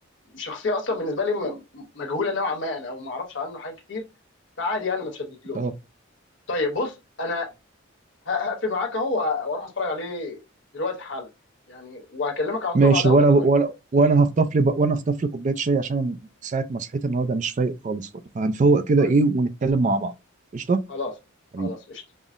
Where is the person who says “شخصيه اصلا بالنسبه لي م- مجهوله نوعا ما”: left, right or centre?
Left